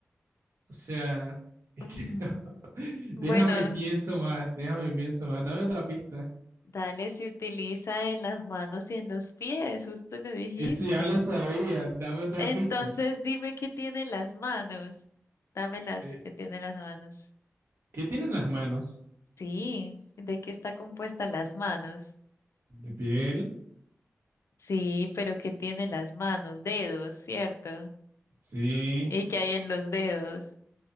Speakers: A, on the right; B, on the left.
A: O sea, es
B: Mm,
A: que <laughs> no.
B: Bueno,
A: Déjame y pienso más, déjame y pienso más. Dame otra pista.
B: dale si utiliza en las manos y en los pies, justo lo dijiste.
A: Eso ya lo sabía, dame otra
B: Entonces
A: pista.
B: dime qué tiene en las manos. Dámelas,
A: Eh,
B: qué tiene en las manos.
A: ¿qué tienen las manos?
B: Sí, ¿de qué está compuesta las manos?
A: De piel,
B: Sí, pero ¿qué tiene las manos? Dedos, ¿cierto?
A: sí.
B: ¿Y qué hay en los dedos?